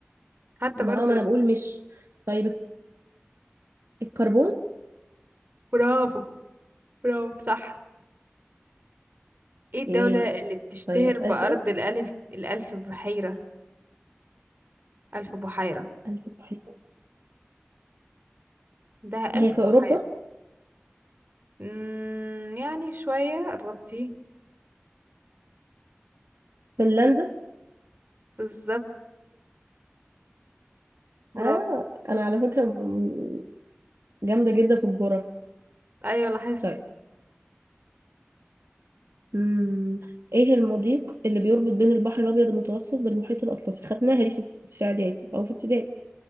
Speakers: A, on the right (about 50°); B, on the right (about 75°).
A: حتى
B: ما
A: برضو
B: اه ما انا بقول مش طيب الكربون
A: برافو برافو صح ايه الدولة
B: ايه
A: اللي بتشتهر
B: طيب اسألك
A: بأرض
B: انا
A: الألف الألف بحيرة ألف بحيرة
B: ألف بحيرة
A: ده ألف
B: هي في
A: بحيرة
B: اوروبا
A: مم يعني شوية قربتي
B: فنلندا
A: بالظبط برافو
B: آه أنا على فكرة م- جامدة جدا في الجغرافيا
A: أيوة لاحظت
B: طيب مم. إيه المضيق اللي بيربط بين البحر الأبيض المتوسط بالمحيط الأطلسي خدناها دي في في إعدادي أو في ابتدائي